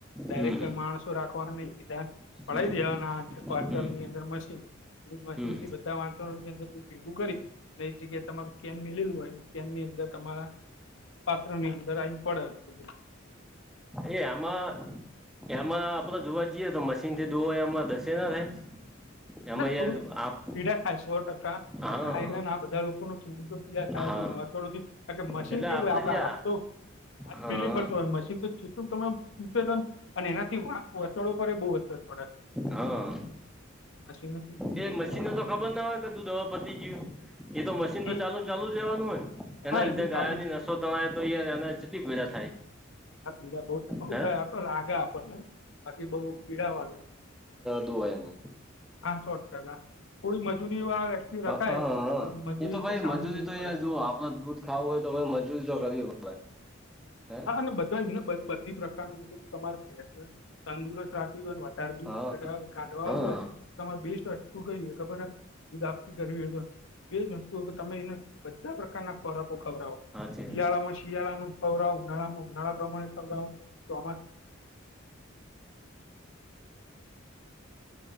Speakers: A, on the left (about 65°); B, in the centre.
A: ડાયરેક્ટ
B: હમ
A: કોઈ માણસો રાખવાના નહી સીધા પળી
B: હમ
A: દેવાના અંચળની
B: હમ
A: અંદર મશીન. એ મશીન
B: હમ
A: થી બધા વાણસો ની અંદર ભેગું કરી. અને એ જગ્યાએ તમારું કેન મેલેયુ હોય કેન ની અંદર તમારા, પાત્ર ની અંદર આવી ને પડે દુધ,
B: એ આમાં એમાં આપડે જોવા જઈએ તો મશીન થી દોય એમાં દસે ના થાય? એમાં
A: ના
B: યાર
A: થોડું પીડા
B: આપ
A: થાય સો ટકા
B: હા
A: ગાયને આ બધા લોકોનું, તો પીડા થાય
B: હા
A: છે આ થોડું કારણકે મશીન
B: એટલે
A: કેવું હોય આપડે
B: જે
A: હાથ તો, હાથ
B: હા
A: પેલી ફરતો હોય મશીન તો જેટલું તમે અમ, ન અને એનાથી આંચડો પર એ બહુ અસર પડે.
B: હા.
A: મશીન નથી
B: એ
A: જોયું
B: મશીનને તો ખબર ના હોય કે દુધ હવે પતી ગયુ એ તો મશીન
A: હમ
B: તો ચાલુ ન ચાલુ જ રેવાનું હોય ને એના
A: હા
B: લીધે
A: એ તો
B: ગાયોની
A: ચાલુ
B: નસો તણાય તો યાર એને કેટલી પીડા થાય.
A: હા સમજા બહુ થયા
B: હે
A: આતો લાગે આપણને બાકી બઉ પીડા વાળુ,
B: દોવા એનું,
A: હા સો ટકા થોડી મજૂરી આવે, રખાય
B: હ હ
A: પણ, મજૂરી
B: એ તો ભાઈ
A: થી સાંત
B: મજૂરી
A: એવું
B: તો
A: પડે
B: યાર
A: છે.
B: જુઓ દૂધ ખાવું હોય તો કોઈ મજૂરી તો કરવી પડે. હે
A: હા અને બધાને બધી પ્રકારનું તમારે ફેસને તંદુરસ્ત રાખવી હોય ને. ર દૂધ
B: હા
A: કાઢવા
B: હા
A: હોય
B: હા
A: તમારે બેસ્ટ વ શું કહી ખબર હ. દૂધ આપતી કરવી એજ વસ્તુ કે તમે એને બધા પ્રકારના ખોરાકો ખવરાવો.
B: હાચી
A: શિયાળા
B: વાત
A: માં શિયાળા નું ખવડાવો ઉનાળામાં ઉનાળા પ્રમાણે ખવડાવો, ચોમાસા